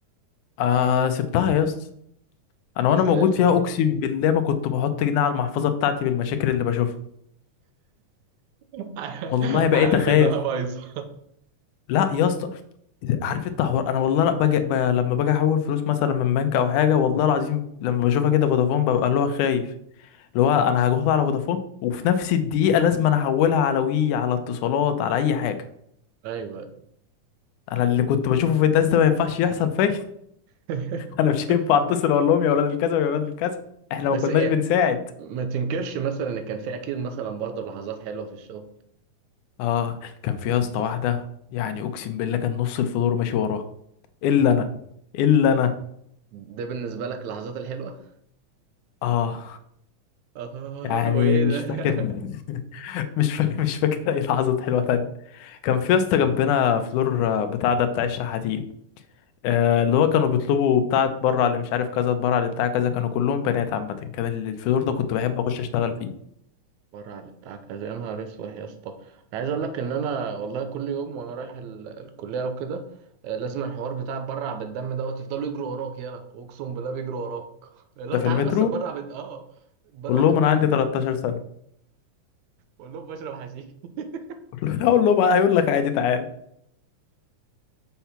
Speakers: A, on the left; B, on the right.
A: آه سبتها يا اسطى انا
B: بس
A: وانا موجود
B: زي الفل
A: فيها اقسم بالله ما كنت بحط جنيه على المحفظه بتاعتي بالمشاكل اللي بشوفها
B: <laughs>
A: والله بقيت
B: عارف
A: اخاف
B: إنها بايظة
A: لا يا اسطى عارف انت حوار انا والله لا باجي ب... لما باجي احول فلوس مثلا من بنك او حاجه والله العظيم لما بشوفها كده فودافون ببقى اللي هو خايف اللي هو انا هاخدها على فودافون وفي نفس الدقيقه لازم انا احولها على وي على اتصالات على اي حاجه
B: <laughs> ايوه
A: انا اللي كنت بشوفه في الناس ده ما ينفعش يحصل فيا <laughs>
B: <laughs>
A: انا مش هينفع اتصل اقول لهم يا ولاد الكذا ويا ولاد الكذا احنا
B: بس
A: ما كناش
B: يعني
A: بنساعد
B: ما تنكرش مثلا ان كان في اكيد مثلا برضه لحظات حلوه في الشغل
A: اه كان في يا اسطى واحده يعني اقسم بالله كان نص الفلور ماشي وراها الا انا الا انا
B: ده بالنسبه لك اللحظات الحلوه
A: اه
B: <laughs> آه،
A: يعني
B: وإيه
A: مش
B: ده <laughs>
A: فاكر <laughs> مش فاكر <laughs> مش فاكر اي لحظات حلوه تانية كان في يا اسطى جنبنا فلور آه، بتاع ده بتاع الشحاتين آه، اللي هو كانوا بيطلبوا بتاع اتبرع اللي مش عارف كذا اتبرع اللي بتاع كذا كانوا كلهم بنات عامه كان ال- الفلور ده كنت بحب اخش اشتغل فيه
B: بره على بتاع كذا يا نهار اسود يا اسطى انا عايز اقول لك ان انا والله كل يوم وانا رايح ال- الكليه او كده آه، لازم الحوار بتاع برع بالدم دوت يفضلوا يجروا وراك يلا اقسم بالله بيجروا وراك <laughs> لا
A: ده في
B: تعالى
A: المترو
B: بس برع بال اه برع
A: قول لهم
B: بالدم
A: انا عندي 13 سنه
B: بقول لهم بشرب حشيش <laughs>
A: <laughs> اقول لهم "آه، هيقول لك عادي تعال